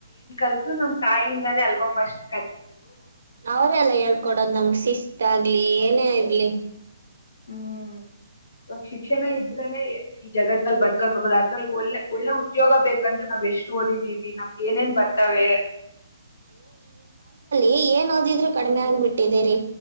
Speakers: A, on the left; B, on the right.
A: ಲ್ರು ನಮ್ ತಾಯಿಯಿಂದಾನೇ ಅಲ್ವಾ ಫಸ್ಟ್
B: ಅವ್ರಲ್ಲ ಹೇಳ್ಕೊಡೋದು್ ನಮಗ್ ಶಿಸ್ಟಾಆಗ್ಲಿ ಏನೇ ಆಗ್ಲಿ
A: ಹ್ಮ್ ಇವಾಗ ಶಿಕ್ಷಣ ಇದ್ರನೆ ಈ ಜಗತ್ತಲ್ಲಿ ಬದಕಕ್ಗೋದ ಅದ್ರಲ್ಲಿ ಒಳ್ಳೆ ಒಳ್ಳೆ ಉದ್ಯೋಗ ಬೇಕಂದ್ರು ನಾವ್ ಎಷ್ಟು ಓದಿದ್ದೀವಿ ನಮ್ಗೆ ಏನೇನ್ ಬರ್ತವೆ
B: ಎ ಏನಾದಿದ್ರು ಕಡಿಮೆ ಆಗ್ಬಿಟ್ಟಿದ್ದೀರಿ